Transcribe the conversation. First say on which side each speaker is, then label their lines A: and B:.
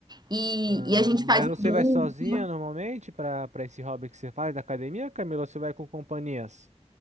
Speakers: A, on the right; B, on the right.
A: E,
B: Ah,
A: e a gente faz
B: mas
A: em
B: você
A: dupla.
B: vai sozinha normalmente para para esse hobby que você faz da academia, Camila, ou você vai com companhias?